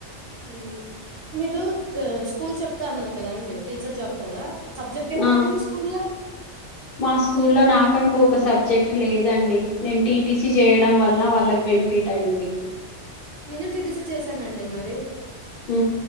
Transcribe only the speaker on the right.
మ్ మీరు స్కూల్ చెప్తా అన్నారు కదా అండి టీచర్ జాబ్ కదా సబ్జెక్ట్ ఏంటండి
మీ స్కూల్లో
నేను టిటిసి చేశానండి మరి